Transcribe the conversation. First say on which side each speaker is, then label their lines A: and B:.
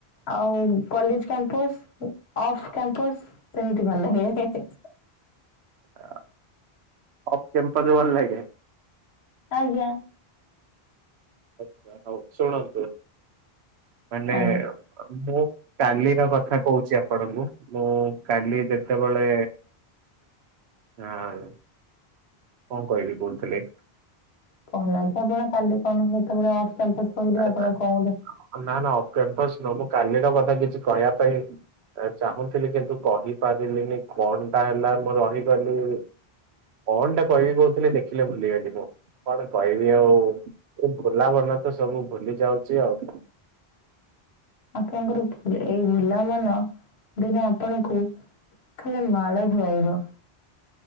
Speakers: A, on the left (about 80°); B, on the right (about 80°).
A: ଆଉ କଲେଜ କ୍ୟାମ୍ପସ, ଅଫ କ୍ୟାମ୍ପସ ସେମିତି ଭଲ ଲାଗେ। ହେ ହେ ହେ।
B: ଅ ଅଫ୍ କ୍ୟାମ୍ପସ ଭଲ ଲାଗେ?
A: ଆଜ୍ଞା।
B: ଆଚ୍ଛା, ହଉ ଶୁଣନ୍ତୁ? ମାନେ
A: ଆଜ୍ଞା।
B: ମୁଁ କାଲିର କଥା କହୁଛି ଆ ଆପଣଙ୍କୁ ମୁଁ କାଲି ଯେତେବେଳେ ଅଁ କଁ କହିବି କହୁଥିଲେ?
A: କହୁନାହାନ୍ତି ଆପଣ କାଲି କଣ ସେତେବେଳେ ଅଫ୍ କ୍ୟାମ୍ପସ କହିଲେ
B: ମାନେ
A: ଆପଣ କଣ ଗୋଟେ
B: ନା ନା ଅଫ୍ କ୍ୟାମ୍ପସ ନୁହଁ ମୁଁ କାଲିର କଥା କିଛି କହିବା ପାଇଁ ଚାହୁଁଥିଲି କିନ୍ତୁ କହିପାରିଲିନି କଣ ଟା ହେଲା ମୁଁ ରହିଗଲି। କଣଟା କହିବି କହୁଥିଲି ଦେଖିଲେ ଭୁଲିଗଲି ମୁଁ କଣ କହିବି ଆଉ। ଭୁଲା ମନ ତ ସବୁ ଭୁଲି ଯାଉଚି ଆଉ।
A: ଆପଣଙ୍କର ଭୁଲା ଏଇ ଭୁଲା ମନ ଦିନେ ଆପଣଙ୍କୁ ଖାଲି ମାଡ଼ ଖାଇବ।